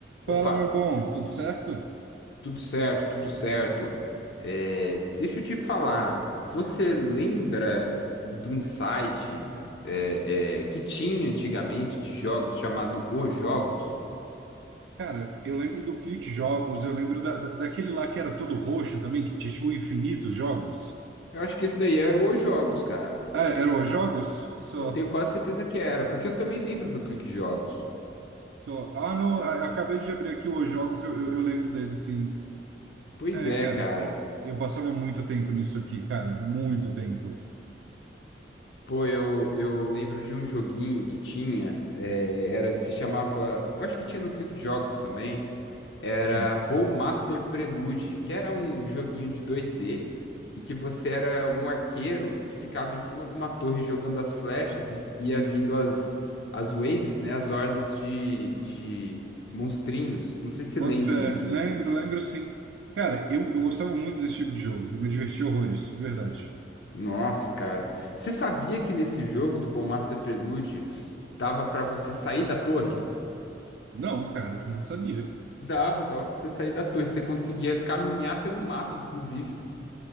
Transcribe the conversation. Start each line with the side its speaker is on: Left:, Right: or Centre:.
Right: Fala,
Left: Opa,
Right: meu bom, tudo certo?
Left: tudo certo, tudo certo. É, deixa eu te falar, você lembra de um site é, é, que tinha antigamente de jogos chamado Os Jogos?
Right: Cara, eu lembro do Clique Jogos, eu lembro da, da- daquele lá que era todo roxo também, que tinha tipo, infinitos jogos.
Left: Eu acho que esse daí era o Os Jogos, cara.
Right: Ah, era os jogos? Só,
Left: Eu tenho quase certeza que era, porque eu também lembro do Clique Jogos.
Right: só. Ah, não, a- acabei de abrir aqui os jogos, eu, eu, eu lembro dele, sim.
Left: Pois
Right: É,
Left: é,
Right: cara,
Left: cara.
Right: eu passava muito tempo nisso aqui, cara, muito tempo.
Left: Pô, eu, eu lembro de um joguinho que tinha, é, era, se chamava, eu acho que tinha no Clique Jogos também. era
Right: Hum.
Left: Bowmaster Prelude, que era um joguinho de 2D e que você era um arqueiro que ficava em cima de uma torre jogando as flechas e ia vindo as, as waves, né? As hordas de, de monstrinhos. Não sei se você
Right: Boto
Left: lembra
Right: fé,
Left: desse
Right: lembro,
Left: jogo.
Right: lembro sim. Cara, eu, eu gostava muito desse tipo de jogo, eu me divertia horrores, de verdade.
Left: Nossa, cara. Você sabia que nesse jogo do Bowmaster Prelude dava pra você sair da torre?
Right: Não, cara, não sabia.
Left: Dava, dava pra você sair da torre. Você conseguia caminhar pelo mapa, inclusive.